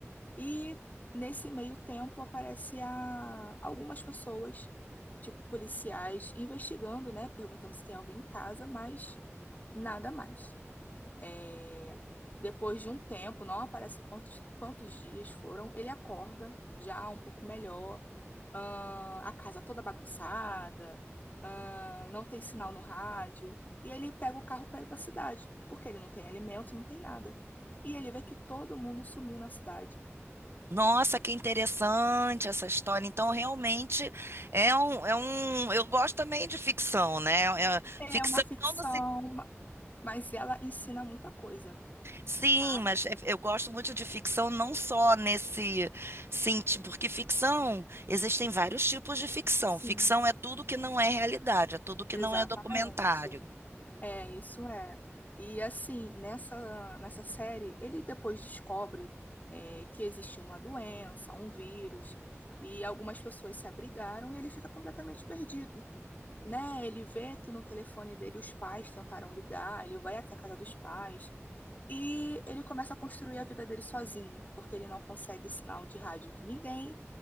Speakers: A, on the left; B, on the right.
A: E nesse meio tempo aparece a algumas pessoas, tipo policiais, investigando, né, perguntando se tem alguém em casa, mas nada mais. É, depois de um tempo, não aparece quantos, quantos dias foram, ele acorda já um pouco melhor, ahn, a casa toda bagunçada, ahn, não tem sinal no rádio, e ele pega o carro para ir para a cidade, porque ele não tem alimento, não tem nada. E ele vê que todo mundo sumiu na cidade.
B: Nossa, que interessante essa história. Então, realmente é um, é um. Eu gosto também de ficção, né? É- é,
A: É
B: ficção
A: uma ficção,
B: não no se-
A: mas ela ensina muita coisa,
B: Sim,
A: tá?
B: mas é- eu gosto muito de ficção não só nesse sentido, porque ficção existem vários tipos de ficção.
A: Sim,
B: Ficção é tudo que não é realidade, é tudo que
A: exatamente.
B: não é documentário.
A: É, isso é. E assim, nessa, nessa série, ele depois descobre é, que existiu uma doença, um vírus, e algumas pessoas se abrigaram e ele fica completamente perdido, né? Ele vê que no telefone dele os pais tentaram ligar, ele vai até a casa dos pais, e ele começa a construir a vida dele sozinho, porque ele não consegue sinal de rádio de ninguém,